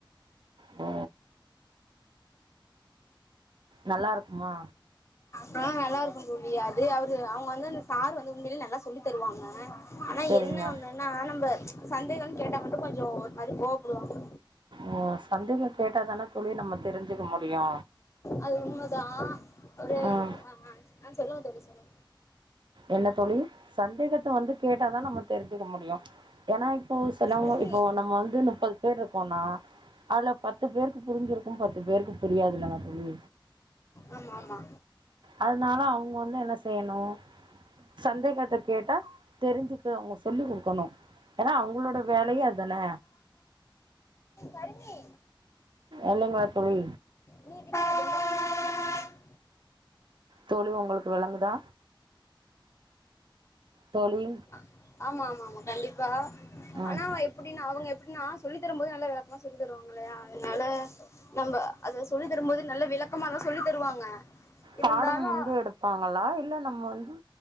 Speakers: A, on the right; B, on the left.
A: ஓ நல்லா இருக்குமா
B: ம் ஆ நல்லாருக்கு தோழி அது அ வுங்க வந்து அந்த சார் வந்து உண்மையிலே நல்லா சொல்லித் தருவாங்க ஆனா
A: சேரிங்க
B: என்ன ஒன்னு ஆனா நம்ப சந்தேகன் கேட்டா மட்டு கொஞ்சோ ஒரு மாரி கோவப்படுவாங்க
A: ஓ சந்தேக கேட்டா தானே தோழி நம்ம தெரிஞ்சுக்க முடியு
B: அது உண்மதா ஒரு
A: ம்
B: ஆ ஆ சொல்லுங்க தோழி சொல்லுங்
A: என்ன தோழி சந்தேகத்த வந்து கேட்டாதா நம்ம தெரிஞ்சுக்க முடியு ஏனா இப்போ செலவங்க
B: கருமி
A: இப்போ நம்ம வந்து முப்பது பேர் இருக்கோனா அதுல பத்து பேருக்கு புரிஞ்சிருக்கு பத்து பேருக்கு புரியாதில்லங்க தோழி
B: ஆமா ஆமா
A: அதனால அவுங்க வந்து என்ன செய்ணு சந்தேகத்த கேட்டா தெரிஞ்சுக்க அவுங்க சொல்லி குடுக்கணு ஏனா அவங்களோட வேலயே அதானே
B: கருமி
A: என்னங்க தோழி
B: நீ <unintelligible>
A: தோழி ஒங்ளுக்கு வெளங்குதா தோழி
B: அ ஆமா ஆமா ஆமா கண்டிப்பா
A: ம்
B: ஆனா எப் டினா அவுங் எப்டினா சொல்லிதர போதே நல்லா வெளக்கமா சொல்லி தருவாங்க இல்லயா அதுனால நம்ம அத சொல்லிதர போது நல்லா விளக்கமாதா சொல்லி தருவாங்க இருந்தாலும்
A: பாடம் வந்து எடுப்பாங்களா இல்ல நம்ம வந்து